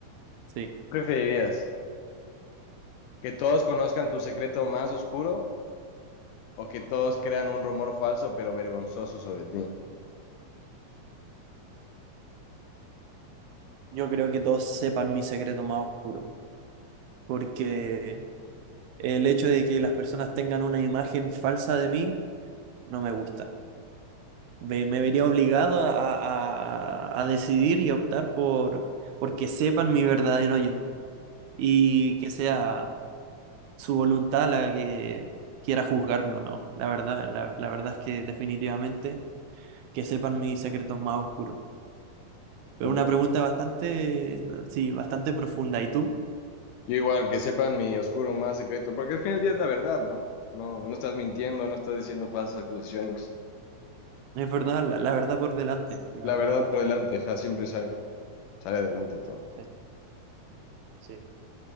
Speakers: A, on the right; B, on the left.
A: sí,
B: ¿Qué preferirías? ¿Que todos conozcan tu secreto más oscuro o que todos crean un rumor falso pero vergonzoso sobre ti?
A: yo creo que todos sepan mi secreto más oscuro. Porque El hecho de que las personas tengan una imagen falsa de mí no me gusta. Ve- Me vería obligado a, a- a- a decidir y a optar por, por que sepan mi verdadero yo y que sea su voluntad la que quiera juzgarme o no. La verdad, la, la verdad es que definitivamente que sepan mis secretos más oscuros. Pero
B: Total.
A: una pregunta bastante, sí, bastante profunda. ¿Y tú?
B: Yo igual que sepan mi oscuro más secreto, porque al fin del día es la verdad, ¿no? No, no estás mintiendo, no estás diciendo falsas acusaciones.
A: Es verdad, la, la verdad por delante, la
B: La
A: verdad
B: verdad
A: por
B: por
A: delante.
B: delante, ja, siempre sale, sale adelante todo.
A: Sí, sí.